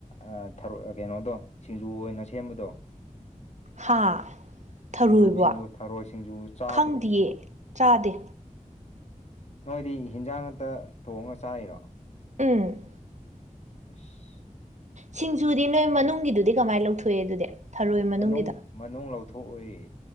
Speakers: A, on the left (about 55°); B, on the right (about 60°).
A: ꯑꯥ ꯊꯔꯣꯏ ꯀꯩꯅꯣꯗꯣ ꯁꯤꯡꯖꯨ ꯑꯣꯏꯅ ꯁꯦꯝꯕꯗꯣ
B: ꯍꯥ ꯊꯔꯣꯏꯕꯣ
A: ꯁꯤꯡꯖꯨ ꯁꯤꯡꯖꯨ ꯊꯔꯣꯏ ꯁꯤꯡꯖꯨ ꯆꯥꯗ꯭ꯔꯣ
B: ꯈꯪꯗꯤꯌꯦ ꯆꯥꯗꯦ
A: ꯅꯣꯏꯗꯤ ꯍꯤꯟꯖꯥꯡ ꯉꯥꯛꯇ ꯊꯣꯡꯉꯥ ꯆꯥꯏꯔꯣ
B: ꯎꯝ
A: ꯑꯁ
B: ꯁꯤꯡꯖꯨꯗꯤ ꯅꯣꯏ ꯃꯅꯨꯡꯒꯤꯗꯨꯗꯤ ꯀꯃꯥꯏꯅ ꯂꯧꯊꯣꯛꯏ ꯑꯗꯨꯗꯤ ꯊꯔꯣꯏ ꯃꯅꯨꯡꯒꯤꯗꯣ
A: ꯃꯅꯨꯡ ꯃꯅꯨꯡ ꯂꯧꯊꯣꯛꯑꯣꯏꯌꯦ